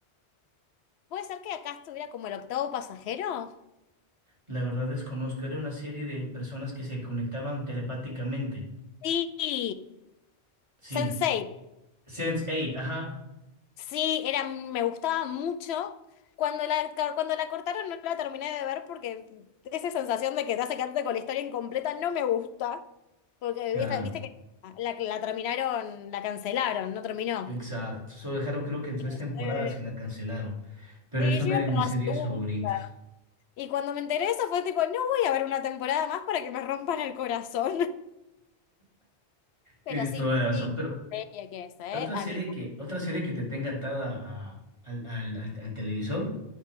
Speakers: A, on the left; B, on the right.
A: ¿Puede ser que acá estuviera como el octavo pasajero?
B: La verdad desconozco, era una serie de personas que se conectaban telepáticamente.
A: Sí.
B: Sí,
A: sense eight.
B: sense eight, ajá.
A: Sí, era, me gustaba mucho. Cuando la, cuando la cortaron no la terminé de ver porque esa sensación de que te hace quedarte con la historia incompleta no me gusta. Porque
B: Claro,
A: viste, viste que la, la terminaron, la cancelaron, no terminó.
B: exacto. Solo dejaron creo que en tres temporadas
A: Eh,
B: y la cancelaron. Pero
A: Y
B: es una
A: yo iba
B: de
A: por
B: mis series
A: la segunda.
B: favoritas.
A: Y cuando me enteré de eso fue tipo, no voy a ver una temporada más para que me rompan el corazón. <laughs> Pero
B: Tienes
A: sí,
B: toda la
A: qué
B: razón.
A: linda
B: Pero
A: serie que es, ¿eh?
B: otra
A: A
B: serie
A: mí
B: que, otra serie que te tenga atada a- al, al- al- al televisor,